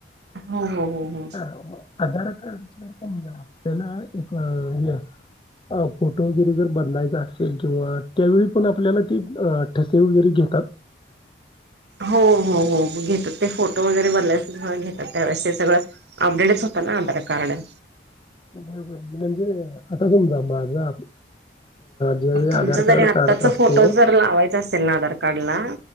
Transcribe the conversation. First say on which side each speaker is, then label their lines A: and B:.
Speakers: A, on the right; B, on the left.
A: हो हो हो हो
B: ह आधार कार्ड समजा आपला. अ फोटो वगैरे जर बनलायचा असेल किंवा त्यावेळी पण आपल्याला ते ठसे वगैरे घेतात.
A: हो हो हो घेत ते फोटो वगैरे बनय घेतात त्यावेळेस ते सगळं अपडेटच होतं ना आधार कार्ड.
B: बरोबर, म्हणजे आता तुमचा माझा. ज्यावेळी
A: तुमच
B: आधार
A: जरी
B: कार्ड
A: आताचा
B: काढत असतो
A: फोटो जर लावायचा असेल ना आधार कार्डला